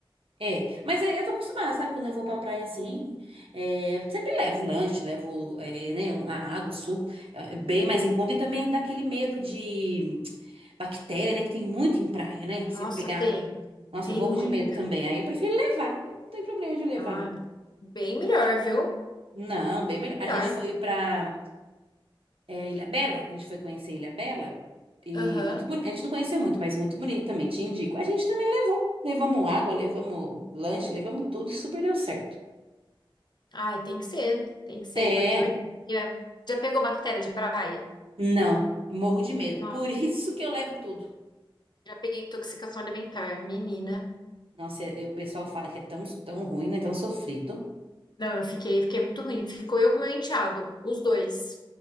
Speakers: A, on the right; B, on the left.
A: É, mas é, eu tô acostumada, sabe? Quando eu vou pra praia assim, é, eu sempre levo lanche, levo, é, né, a água, o suco, é, bem mais em conta e também dá aquele medo de. bactéria, né? Que tem muito em praia, né?
B: Nossa,
A: Você pegar.
B: tem.
A: Nossa,
B: Tem
A: eu morro
B: muita.
A: de medo também. Aí eu prefiro levar. Eu não tenho problema de levar,
B: Ah,
A: não.
B: bem melhor, viu?
A: Não, bem
B: Bem
A: melhor. A
B: melhor.
A: gente foi pra é, Ilhabela. A gente foi conhecer Ilhabela. E
B: Aham.
A: muito bonito. A gente não conheceu muito, mas muito bonito também. Te indico. A gente também levou. Levamos água, levamos lanche, levamos tudo. e Super deu certo.
B: Ai, tem que ser. Tem que ser,
A: É.
B: porque hoje em dia... Já pegou bactéria de praia?
A: Não. Morro de medo.
B: Nossa,
A: Por <laughs> isso que eu levo tudo.
B: já peguei intoxicação alimentar, menina.
A: Nossa, eu- o pessoal fala que é tão, tão ruim, né? Tão sofrido.
B: Não, eu fiquei, fiquei muito ruim. Ficou eu com meu enteado, os dois.